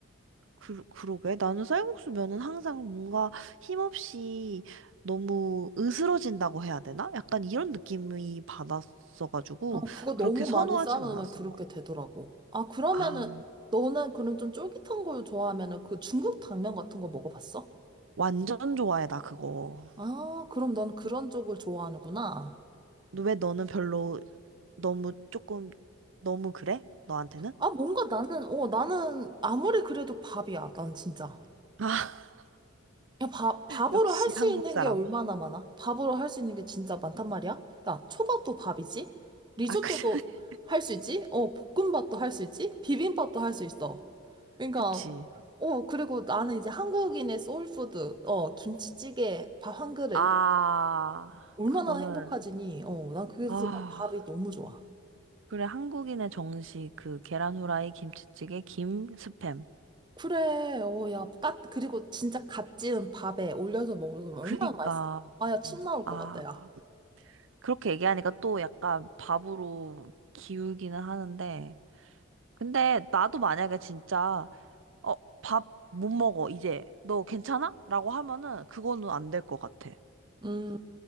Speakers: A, on the right; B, on the right.
A: 그, 그러게. 나는 쌀국수 면은 항상 뭔가 힘없이 너무 으스러진다고 해야 되나? 약간 이런 느낌이 받았어가지고
B: 어, 그거
A: 그렇게
B: 너무
A: 선호하진
B: 많이 삶으면
A: 않았던
B: 그렇게
A: 것 같아.
B: 되더라고. 아, 그러면은,
A: 아,
B: 너는 그럼 좀 쫄깃한 걸 좋아하면은 그 중국 당면 같은 거 먹어봤어?
A: 완전 좋아해, 나 그거.
B: 아, 그럼 넌 그런 쪽을 좋아하는구나.
A: 너- 왜 너는 별로 너무 조금 너무 그래? 너한테는?
B: 아, 뭔가 나는, 어, 나는 아무리 그래도 밥이야, 난 진짜.
A: 아, <laughs>
B: 야, 밥, 밥으로
A: 역시
B: 할 수
A: 한국
B: 있는
A: 사람.
B: 게 얼마나 많아? 밥으로 할 수 있는 게 진짜 많단 말이야? 야, 초밥도 밥이지? 리조또도
A: 아, 그, <laughs>
B: 할 수 있지? 어, 볶음밥도 할 수 있지? 비빔밥도 할 수 있어. 그러니까,
A: 그치.
B: 어, 그리고 나는 이제 한국인의 소울푸드, 어, 김치찌개, 밥 한 그릇,
A: 아,
B: 이렇게 얼마나
A: 그거는,
B: 행복하지니? 어, 난 그래서
A: 아.
B: 난 밥이 너무 좋아.
A: 그래, 한국인의 정식, 그, 계란 후라이, 김치찌개, 김, 스팸.
B: 그래, 어, 야, 까, 그리고 진짜 갓 지은 밥에 올려서 먹으면 얼마나
A: 그니까,
B: 맛있어. 아, 야, 침
A: 음,
B: 나올
A: 아,
B: 것 같다, 야.
A: 그렇게 얘기하니까 또 약간 밥으로 기우기는 하는데. 근데 나도 만약에 진짜, 어, 밥 못 먹어, 이제. 너 괜찮아? 라고 하면은 그거는 안 될 것 같아.
B: 음.